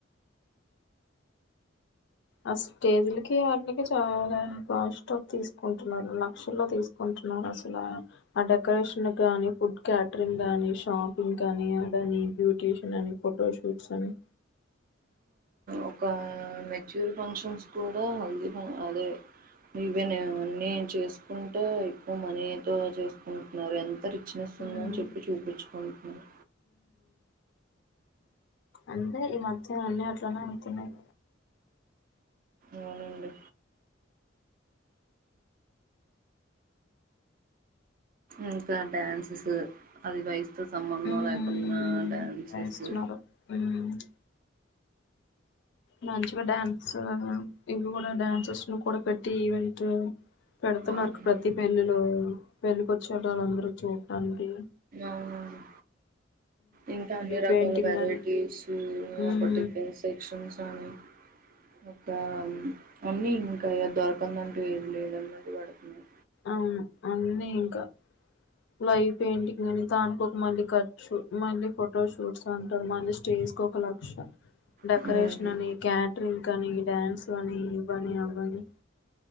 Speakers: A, on the left; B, on the right.
A: ఆ స్టేజీలకి ఆటిలకి చాలా కాస్ట్ అవి తీసుకుంటున్నారు లక్షల్లో తీసుకుంటున్నారు టున్నారు అసలా ఆ డెకరేషన్ గానీ ఫుడ్ క్యాటరింగ్ గానీ షాపింగ్ కానీ అదని బ్యూటషన్ అని ఫోటోషూట్స్ అని
B: ఒక మెచ్యూర్ ఫంక్షన్స్ కూడా హల్దీ ఫం అదే ఇవేన్ అన్నీ చేసుకుంటే ఎక్కువ మనీతో చేసుకుంటున్నారు ఎంత రి రిచ్నెస్ ఉందని
A: ఉమ్
B: చెప్పి చూపించుకుంటున్నాను
A: అంటే ఈ మధ్య అన్ని అట్లనే అవుతున్నాయ్
B: అవునండి ఇంకా డాన్సెస్ అవి ఇవి ఐస్ తో సంబంధం
A: ఉమ్
B: లేకుండా డ్యాన్సెసు
A: వేస్తున్నారు ఉమ్ మంచిగా డ్యాన్స్ ఇవి కూడా డ్యాన్సెస్న్ కూడా పెట్టి ఈవెంటు పెడుతున్నారుకి
B: అవును
A: ప్రతి పెళ్ళిలో పెళ్ళికొచ్చేటోళ్ళందరు చూడ్టానికి
B: అవునండి ఇంకా అన్ని రకాల
A: పెయింటింగ్
B: వెరైటీస్
A: అని ఉమ్
B: ఒకటి పే సెక్షన్స్ అని ఇంకా అన్ని దొరకందంటూ ఏది లేదన్నట్టు పెడుతున్నారు
A: అవును అన్నీ ఇంకా లైవ్ పెయింటింగ్ అని దానికి ఒక మళ్ళీ ఖర్చు మళ్ళీ ఫొటో షూట్స్ అంటారు మళ్ళీ స్టేజ్ జ్ కోక లక్ష డెకరేషన్
B: అవునండి
A: అని క్యాటరింగ్ కనీ డ్యాన్స్ లనీ ఇవని అవని